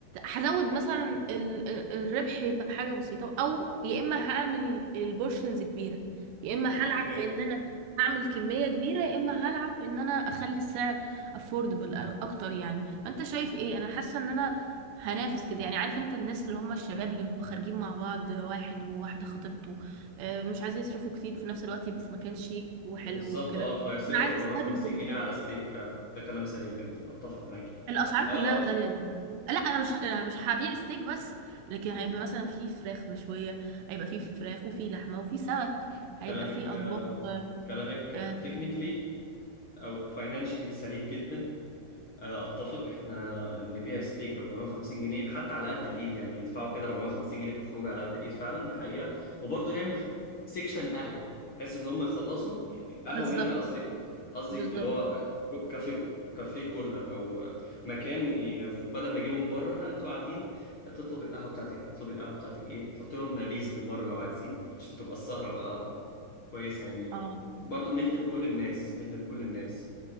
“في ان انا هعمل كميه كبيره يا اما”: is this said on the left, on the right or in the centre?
Right